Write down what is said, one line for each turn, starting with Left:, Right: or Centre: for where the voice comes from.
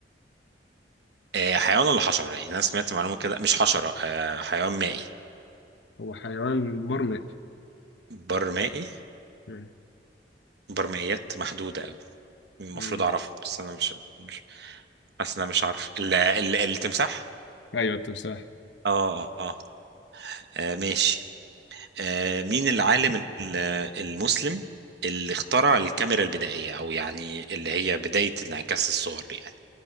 Right: آه، حيوان ولا حشرة يعني أنا سمعت معلومة كده مش حشرة آه، حيوان مائي
Left: هو حيوان برمائي
Right: بر مائي
Left: مم.
Right: بر مائيات محدودة أوي المفروض
Left: مم.
Right: أعرفها بس أنا مش مش حاسس إن أنا مش عارف ال- ال- التمساح
Left: ايوه التمساح
Right: آه آه آه آه، ماشي آه، مين العالم ال- المسلم اللي اخترع الكاميرا البدائية أو يعني اللي هي بداية انعكاس الصور يعني